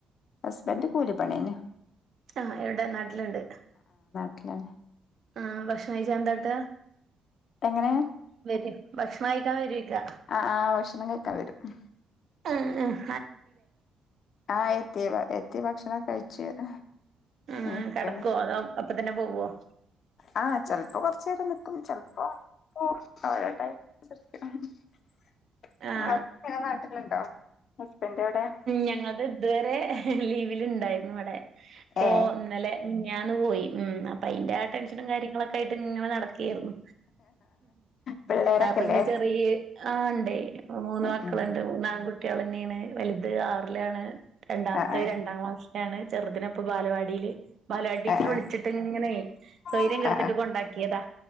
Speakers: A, on the left; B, on the right.
A: ഹസ്ബൻ്റ് കൂലിപ്പണിന്നെ
B: അ എവിടെ നാട്ടിലുണ്ട്
A: ആഹ്
B: ആ ഭക്ഷണം കഴിച്ചാ ഏന്താട്ടാ
A: എങ്ങനെ
B: വര് ഭക്ഷണം കഴിക്കാൻ വരേക്കാ
A: ആഹ് ആഹ് ഓ ശ നിങ്ങളൊക്കെ വരും -
B: ആഹ് ആഹ് -
A: ആഹ് എത്തീവരെ- തി ഭക്ഷണമം കഴിച്ച്-
B: ആഹ്
A: ഇങ്ങനെ ഇരിക്കാണ്
B: കെടക്ക് വാ <unintelligible> പോവ്വാ-
A: ആഹ് ചെലപ്പം കൊറച്ച്നേരം നിൽക്കും ചെലപ്പോ പ്പോ- ആഹ് എടയ്ക്ക് - <unintelligible>
B: ആ
A: ആഹ് ഇപ്പ നാട്ടിലുണ്ടോ? ഹസ്ബൻഡ് എവിടെ
B: ഞങ്ങളത് ഇതുവരെ ലീ ലുണ്ടായിരുന്നുവിടെ
A: ഏഹ്
B: ഓ ഇന്നലെ മി ഞാന് പോയി മ് അപ്പയിന്റെ ടെൻഷനും കാര്യ ട്ട് ഇങ്ങനെ നടക്കരുന്നു.
A: പിള്ളേരൊക്കെല്ലേ
B: ആ പിന്നെ ചെറിയ ആ ഇണ്ടേ മൂന്ന്
A: ഉം
B: മക്കളുണ്ട്.
A: ഉം
B: മൂന്നാൺകു കുട്ട്യാലെന്നെന്ന് വലുത് ആറിലാണ് രണ്ടാമത്തെ
A: ആഹ്
B: രണ്ടാം ക്ലാസ് ണ് ചെറുതിനപ്പൊ ബാലവാടിയില് മലയാളി ടീച്ചർ
A: ആഹ്
B: വിളിച്ചിട്ട് ഇങ്ങനെ ബാലപാടി ടീച്ചറ് വിളിച്ചിട്ടിങ്ങനെ സ്വര്യം
A: ആഹ്
B: കെടുത്തിട്ട്
A: ആഹ്
B: കൊണ്ടാക്കിയതാ